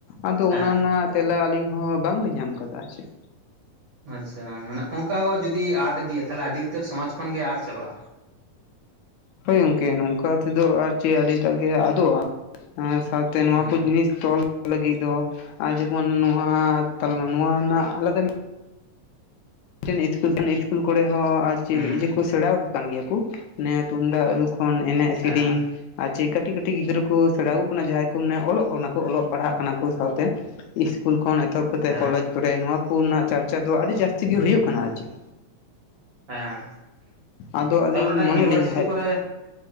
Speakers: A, on the left (about 80°); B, on the right (about 50°).
A: ᱟᱫᱚ
B: ᱦᱮᱸ
A: ᱚᱱᱟ ᱨᱮᱱᱟᱜ ᱛᱮᱞᱟ ᱟᱹᱞᱤᱧ ᱦᱚᱸ ᱵᱟᱝ ᱞᱤᱧ ᱧᱟᱢ ᱟᱠᱟᱫᱟ ᱟᱨ ᱪᱮᱜ
B: ᱟᱪᱪᱷᱟ ᱢᱟᱱᱮ ᱚᱱᱠᱟ ᱠᱚ ᱡᱩᱫᱤ ᱟᱫ ᱤᱫᱤᱜᱼᱟ ᱛᱟᱦᱚᱞᱮ ᱟᱹᱰᱤ ᱩᱛᱟᱹᱨ ᱥᱚᱢᱟᱡ ᱠᱷᱚᱱ ᱜᱮ ᱟᱫ ᱪᱟᱵᱟᱜᱼᱟ᱾
A: ᱦᱳᱭ ᱜᱚᱝᱠᱮ ᱱᱚᱝᱠᱟ ᱛᱮᱫᱚ ᱟᱨ ᱪᱮᱫ ᱟᱹᱰᱤᱴᱟᱜ ᱜᱮ ᱟᱫᱚᱜᱼᱟ᱾ ᱥᱟᱶᱛᱮ ᱱᱚᱣᱟ
B: ᱦᱩᱸ
A: ᱠᱚ ᱡᱤᱱᱤᱥ ᱛᱚᱞ ᱞᱟᱹᱜᱤᱫ ᱫᱚ ᱟᱨ ᱡᱮᱢᱚᱱ ᱱᱚᱣᱟ ᱱᱚᱣᱟ <unintelligible> ᱛᱟᱞᱟ ᱱᱚᱣᱟ ᱨᱮᱱᱟᱜ ᱟᱞᱮ ᱫᱚ <inaudible> ᱤᱥᱠᱩᱞ <inaudible> ᱤᱥᱠᱩᱞ ᱠᱚᱨᱮ ᱦᱚᱸ ᱟᱨ ᱠᱤ
B: ᱦᱩᱸ
A: ᱤᱭᱟ. ᱠᱚ ᱥᱮᱲᱟ ᱣᱟᱠᱚ ᱠᱟᱱ ᱜᱮᱭᱟ ᱠᱚ ᱚᱱᱮ ᱛᱩᱢᱫᱟᱜᱩ ᱨᱩ ᱠᱷᱚᱱ ᱮᱱᱮᱡ ᱥᱤᱨᱤᱧ᱾
B: ᱦᱮᱸ
A: ᱟᱨ ᱪᱮᱫ ᱠᱟᱹᱴᱤᱡ ᱠᱟᱹᱴᱤᱡ ᱜᱤᱫᱽᱨᱟᱹ ᱠᱚ ᱥᱮᱬᱟ ᱣᱟᱠᱚ ᱠᱟᱱᱟ ᱡᱟᱦᱟᱸᱭ ᱠᱚ ᱢᱟᱱᱮ ᱚᱞᱚᱜ ᱠᱟᱱᱟ ᱠᱚ ᱚᱞᱚᱜ ᱯᱟᱲᱦᱟᱜ ᱠᱟᱱᱟ ᱠᱚ ᱥᱟᱶᱛᱮ ᱤᱥᱠᱩᱞ ᱠᱷᱚᱱ ᱮᱛᱚᱦᱚᱵ ᱠᱟᱛᱮᱫ
B: ᱦᱮᱸ
A: ᱠᱚᱞᱮᱡ ᱠᱚᱨᱮ ᱱᱚᱣᱟ ᱠᱚᱨᱮᱱᱟᱜ ᱪᱟᱨᱪᱟ ᱫᱚ ᱟᱹᱰᱤ ᱡᱟᱥᱛᱤ ᱜᱮ ᱦᱩᱭᱩᱜ ᱠᱟᱱᱟ ᱟᱨ ᱪᱮᱫ
B: ᱦᱮᱸ
A: ᱟᱫᱚ ᱟᱹᱞᱤᱧ
B: ᱛᱟᱯᱚᱨᱮ ᱚᱱᱟ
A: ᱢᱚᱱᱮᱭᱟᱞᱤᱧ
B: ᱤᱭᱩᱱᱤᱵᱷᱟᱨᱥᱤᱴᱤ
A: ᱡᱟᱦᱟᱸᱭ
B: ᱠᱚᱨᱮ